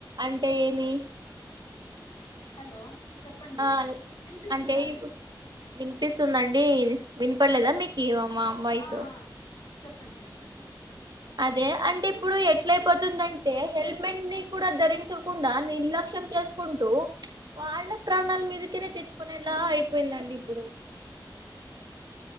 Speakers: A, on the right (about 60°); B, on the left (about 65°).
A: అంటే ఏమి
B: హలో చెప్పండి
A: ఆ
B: వినిపిస్తుందా
A: అంటే
B: అండి
A: ఈవ్ వినిపిస్తుందండీ హ్ వినపడలేదా మీకు ఓం మా మైసు
B: ఆ ఆ చెప్పండి చెప్పండి
A: అదే అంటే ఇప్పుడు ఎట్లయిపోతుందంటే హెల్మెట్ ని కూడా ధరించకుండా నిర్లక్ష్యం చేసుకుంటూ చుప్ వాళ్ళ ప్రాణాల మీదకెనే తెచ్చుకునేలా అయిపోయిందండి ఇప్పుడు.